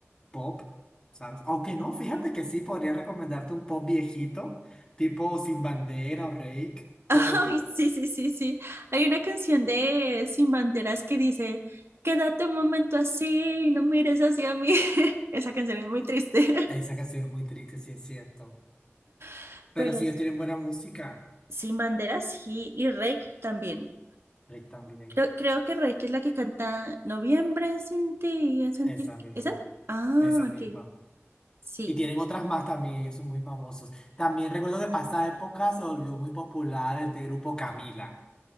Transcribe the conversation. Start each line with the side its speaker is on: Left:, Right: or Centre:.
Left: pop, ¿sabes? Aunque no, fíjate que sí, podría recomendarte un pop viejito, tipo Sin Bandera o Reik. ¿Te
Right: Ay,
Left: gusta?
Right: sí, sí, sí, sí. Hay una canción de Sin Banderas que dice, quédate un momento así, no mires hacia mí. <laughs> Esa canción es muy triste.
Left: Esa canción es muy triste, sí es cierto.
Right: <laughs>
Left: Pero
Right: Pero
Left: si ellos tienen buena música,
Right: Sin Banderas sí, y Reik también.
Left: Rick también.
Right: Creo, creo que Reik es la que canta Noviembre sin ti, ya sentí.
Left: Esa misma,
Right: ¿Esa? Ah,
Left: esa misma.
Right: ok. Sí.
Left: Y tienen otras más también, ellos son muy famosos. También recuerdo que pasada época se volvió muy popular este grupo Camila.